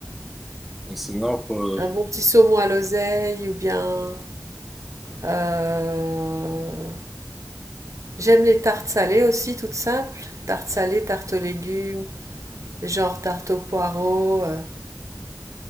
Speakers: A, in the centre; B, on the right.
A: et sinon pour-
B: un bon petit saumon à l'oseille ou bien. euh, J'aime les tartes salées aussi, toutes simples. Tartes salées, tartes aux légumes, genre tarte aux poireaux. euh,